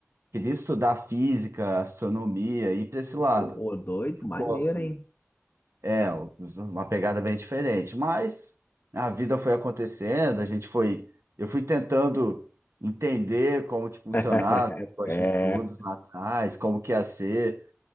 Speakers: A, on the right; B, on the left.
A: queria estudar física, astronomia, ir para esse lado.
B: Ô, doido,
A: Eu
B: maneiro,
A: gosto
B: hein?
A: é, uma pegada bem diferente, mas a vida foi acontecendo, a gente foi, eu fui tentando entender como que funcionava
B: <laughs>
A: os
B: É.
A: estudos lá atrás, como que ia ser.